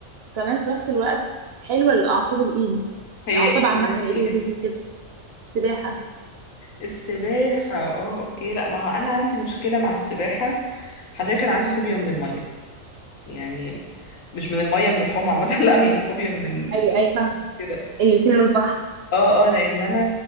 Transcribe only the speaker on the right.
وكمان في نفس الوقت حلوة لأعصاب الإيد
الأعصاب
عامة
الإيد
والرجل كده سباحة
أيوة أيوة فاهمة
الاتنين والبحر